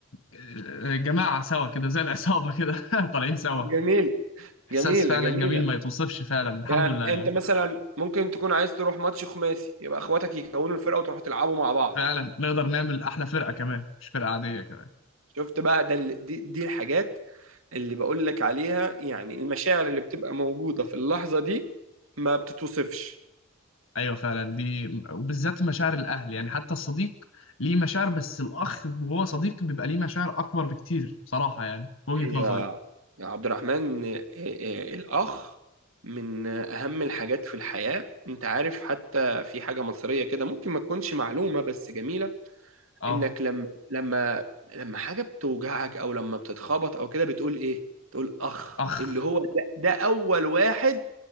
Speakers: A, on the left; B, on the right.
A: آه، جماعة سوا كده زي العصابة كده <laughs> طالعين سوا
B: جميلة
A: احساس
B: جميلة
A: فعلا
B: جميلة
A: جميل ما يتوصفش فعلا الحمد
B: يعني
A: لله يعني
B: انت مثلا ممكن تكون عايز تروح ماتش خماسي يبقى اخواتك يكونوا الفرقة وتروحوا تلعبوا مع بعض
A: فعلا نقدر نعمل احلى فرقة كمان مش فرقة عادية كمان
B: شفت بقى ده ال- دي, دي الحاجات اللي بقول لك عليها يعني المشاعر اللي بتبقى موجودة في اللحظة دي ما بتتوصفش
A: ايوه فعلا دي وبالذات مشاعر الاهل يعني حتى الصديق ليه مشاعر بس الاخ وهو صديق بيبقى ليه مشاعر اكبر بكتير بصراحة يعني في وجهة
B: يا
A: نظري
B: يا عبد الرحمن إيه- إيه، الأخ من أهم الحاجات في الحياة أنت عارف حتى في حاجة مصرية كده ممكن ما تكونش معلومة بس جميلة
A: اه
B: إنك لما لما لما حاجة بتوجعك أو لما بتتخبط أو كده بتقول إيه؟ تقول أخ
A: اخ
B: اللي هو ده, ده أول واحد